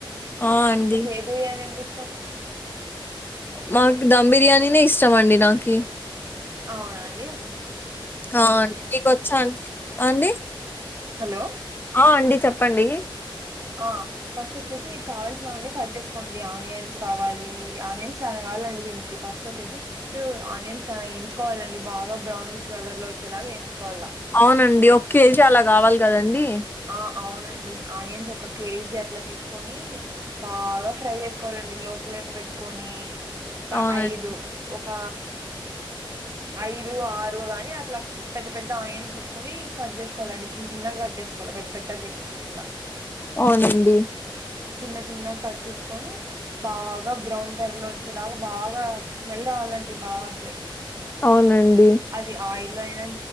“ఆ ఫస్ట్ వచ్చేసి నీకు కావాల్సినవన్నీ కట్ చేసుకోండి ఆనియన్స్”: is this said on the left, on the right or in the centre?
Right